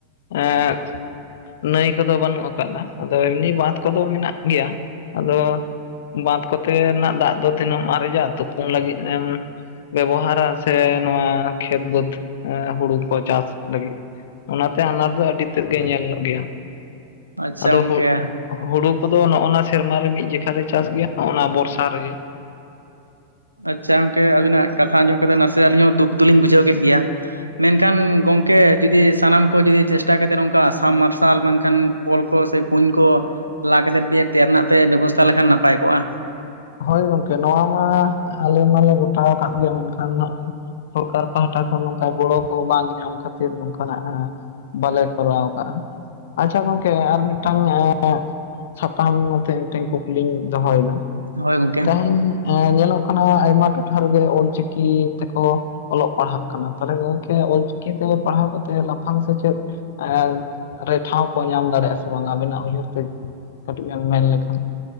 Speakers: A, on the left; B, on the right.
A: ᱮᱸᱫ ᱱᱟᱹᱭ ᱠᱚ ᱫᱚ ᱵᱟᱹᱱᱩᱜ ᱟᱠᱟᱫ-ᱟ ᱟᱫᱚ ᱮᱢᱱᱤ ᱵᱟᱸᱫᱷᱽ ᱠᱚ ᱫᱚ ᱢᱮᱱᱟᱜ ᱜᱮᱭᱟ ᱟᱫᱚ ᱵᱟᱸᱫᱷᱽ ᱠᱚᱛᱮ ᱱᱟᱜ ᱫᱟᱜ ᱫᱚ ᱛᱤᱱᱟᱹᱜ ᱮᱢ ᱟᱨᱮᱡᱟ ᱛᱩᱯᱩᱱ ᱞᱟᱹᱜᱤᱫ ᱮᱢ ᱵᱮᱵᱚᱦᱟᱨᱟ ᱥᱮ ᱱᱚᱣᱟ ᱠᱷᱮᱛ ᱵᱟᱹᱫᱽ ᱦᱩᱲᱩ ᱠᱚ ᱪᱟᱥ ᱞᱟᱹᱜᱤᱫ ᱚᱱᱟᱛᱮ ᱟᱱᱟᱴ ᱫᱚ ᱟᱹᱰᱤ ᱛᱮᱫ ᱜᱮ ᱧᱮᱞ ᱞᱚᱜ ᱜᱮᱭᱟ
B: ᱟᱪᱪᱷᱟ
A: ᱟᱫᱚ
B: ᱜᱚᱝᱠᱮ
A: ᱦᱳᱜ ᱦᱩᱲᱩ ᱠᱚᱫᱚ ᱱᱚᱜᱱᱟ ᱥᱮᱨᱢᱟ ᱨᱮ ᱢᱤᱫ ᱡᱮᱠᱷᱟ ᱞᱮ ᱪᱟᱥ ᱜᱮᱭᱟ ᱱᱚᱜᱱᱟ ᱵᱚᱨᱥᱟ ᱨᱮᱜᱮ ᱾
B: ᱟᱪᱪᱷᱟ ᱜᱚᱝᱠᱮ ᱟᱵᱤᱱᱟᱜ ᱠᱟᱛᱷᱟ ᱟᱸᱡᱚᱢ ᱠᱟᱛᱮᱫ ᱱᱟᱥᱮ ᱟᱹᱞᱤᱧ ᱦᱚᱸ ᱫᱩᱠ ᱫᱚᱞᱤᱧ ᱵᱩᱡᱷᱟᱹᱣ ᱠᱮᱫ ᱜᱮᱭᱟ ᱢᱮᱱᱠᱷᱟᱱ ᱜᱚᱝᱠᱮ ᱡᱩᱫᱤ ᱥᱟᱱᱟᱢ ᱠᱚ ᱡᱩᱫᱤ ᱪᱮᱥᱴᱟ ᱠᱟᱛᱮᱫ ᱱᱚᱝᱠᱟ ᱥᱟᱢ ᱢᱟᱨᱥᱟᱞ ᱵᱟᱝ ᱠᱷᱟᱱ ᱠᱚᱞ ᱠᱚ ᱥᱮ ᱠᱩᱧ ᱠᱚ ᱞᱟ ᱠᱟᱛᱮᱫ ᱯᱮ ᱛᱮᱭᱟᱨ ᱨᱮᱱᱟᱜ ᱯᱮ ᱵᱮᱵᱚᱥᱛᱷᱟ ᱞᱮᱠᱷᱟᱱ ᱱᱟᱯᱟᱭ ᱠᱚᱜᱼᱟ
A: ᱦᱳᱭ ᱜᱚᱝᱠᱮ ᱱᱚᱣᱟ ᱢᱟ ᱟᱞᱮ ᱢᱟᱞᱮ ᱜᱚᱴᱟᱣ ᱠᱟᱫ ᱜᱮᱭᱟ ᱢᱮᱱ ᱠᱷᱟᱱ ᱱᱚᱜ-ᱚᱭ ᱥᱚᱨᱠᱟᱨ ᱯᱟᱦᱴᱟ ᱠᱷᱚᱱ ᱱᱚᱝᱠᱟ ᱜᱚᱲᱚ ᱠᱚ ᱵᱟᱝ ᱧᱟᱢ ᱠᱷᱟᱹᱛᱤᱨ ᱱᱚᱝᱠᱟ ᱱᱟᱜ ᱦᱮᱸ ᱵᱟᱞᱮ ᱠᱚᱨᱟᱣ ᱠᱟᱜᱼᱟ ᱟᱪᱪᱷᱟ ᱜᱚᱝᱠᱮ ᱟᱨ ᱢᱤᱫᱴᱟᱝ ᱱᱟᱜ ᱥᱟᱛᱟᱢ ᱱᱚᱛᱮ ᱢᱤᱫᱴᱮᱱ ᱠᱩᱠᱞᱤᱧ ᱫᱚᱦᱚᱭ ᱮᱫᱟ
B: ᱦᱳᱭ ᱜᱚᱝᱠᱮ᱾
A: ᱛᱮᱦᱮᱧ ᱮᱸ ᱧᱮᱞᱚᱜ ᱠᱟᱱᱟ ᱟᱭᱢᱟ ᱴᱚᱴᱷᱟ ᱨᱮ ᱜᱮ ᱚᱞᱪᱤᱠᱤ ᱛᱮ ᱠᱚ ᱚᱞᱚᱜ ᱯᱟᱲᱦᱟᱜ ᱠᱟᱱᱟ ᱛᱟᱦᱚᱞᱮ ᱜᱚᱝᱠᱮ ᱚᱞᱪᱤᱠᱤᱛᱮ ᱯᱟᱲᱦᱟᱣ ᱠᱟᱛᱮᱫ ᱞᱟᱯᱷᱟᱝ ᱥᱮᱪᱮᱫ ᱮ ᱨᱮ ᱴᱷᱟᱶ ᱠᱚ ᱧᱟᱢ ᱫᱟᱲᱮᱭᱟᱜᱼᱟ ᱥᱮ ᱵᱟᱝ ᱟᱵᱤᱱᱟᱜ ᱩᱭᱦᱟᱹᱨ ᱛᱮ ᱠᱟᱹᱴᱤᱡ ᱵᱤᱱ ᱢᱮᱱ ᱞᱮᱠᱷᱟᱱ ᱾